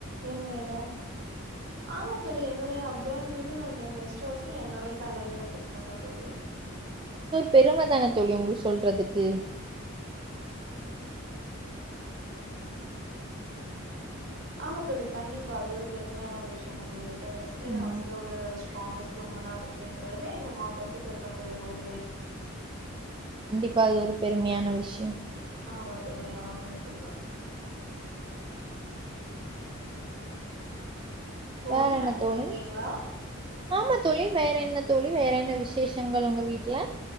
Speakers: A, on the right (about 60°); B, on the right (about 25°).
A: என்ன இடம் ஆமா தோழி என்னுடைய அப்ராட் வீ டும் எங்க கெஸ்ட்ஹவுசும் என்னுடைய சாலரியில கட் னது தோழி
B: பெருமைதான தோழி உங்களுக்கு சொல்றதுக்கு
A: ஆமா தோழி கண்டிப்பா அது ஒரு பெருமையான ஒரு விஷயம் தான் தோழிங் இந்த வயசுலயே
B: ம்.
A: நான் வந்து ஒரு ஸ்ட்ராங்கஸ்ட் உமனா இருக்கிறேங்கிறதுல்ல எங்க அம்மா அப்பாக்கும் பெருமை தோழி ரொம்பவே
B: இப்ப அது ஒரு பெருமையான விஷயம்
A: ஆமா தோழி ஆமா கண்டிப்பா தோழி
B: வேற
A: லயன்ல
B: என்ன தோழி
A: இருக்கீங்ளா
B: ஆமா தோழி வேற என்ன தோழி வேற என்ன விசேஷங்கள் உங்க வீட்ல